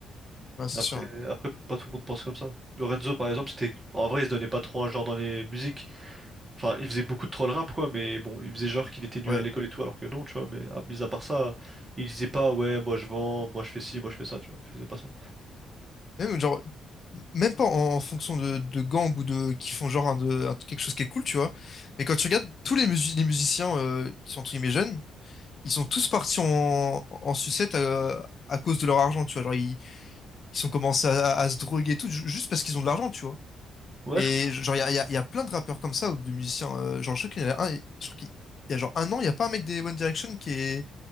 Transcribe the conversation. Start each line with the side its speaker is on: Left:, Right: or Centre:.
Left: Ouais, c'est
Right: Après,
Left: sûr. hein.
Right: après, pas tout le monde pense comme ça. Lorenzo, par exemple, c'était. En vrai, il se donnait pas trop un genre dans les musiques. Enfin, il faisait beaucoup de troll rap, quoi, mais bon, il faisait genre qu'il était nul
Left: Ouais.
Right: à l'école et tout, alors que non, tu vois. Mais à- mis à part ça, il disait pas, ouais, moi je vends, moi je fais ci, moi je fais ça, tu vois. Il faisait pas ça.
Left: Même, genre, même pas en, en fonction de, de gangs ou de qui font genre un, de, un- quelque chose qui est cool, tu vois. Mais quand tu regardes tous les, musi- les musiciens euh, qui sont entre guillemets jeunes, ils sont tous partis en, en sucette à, à cause de leur argent, tu vois. Genre, ils, ils ont commencé à, à se droguer et tout, ju- juste parce qu'ils ont de l'argent, tu vois.
Right: Ouais,
Left: Et
Right: je comprends.
Left: genre, il y a, il y a- il y a plein de rappeurs comme ça ou de musiciens. euh, genre, je crois qu'il y en a un, je crois qu'il il y a genre un an, il n'y a pas un mec des One Direction qui est,